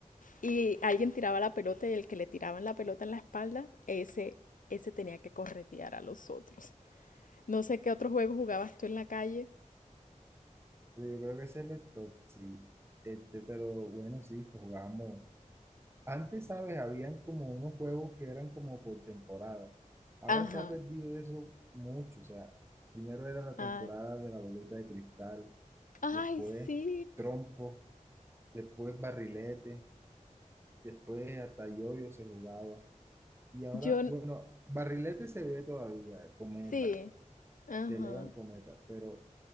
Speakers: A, on the left; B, on the right.
A: y alguien tiraba la pelota y el que le tiraban la pelota en la espalda, ese, ese tenía que corretear a los otros. No sé qué otro juego jugabas tú en la calle.
B: Pero yo creo que es el stop, sí. Este, pero bueno, sí, jugamos. Antes, ¿sabes? Habían como unos juegos que eran como por temporada. Ahora
A: Ajá.
B: se ha perdido eso mucho. O sea, primero era la
A: Ay,
B: temporada de la bolita de cristal, después
A: ay, sí.
B: trompo, después barrilete, después hasta yoyo se jugaba. Y ahora,
A: Yo, n-
B: bueno, barrilete se ve todavía, cometa,
A: sí. Ajá.
B: que elevan cometa, pero,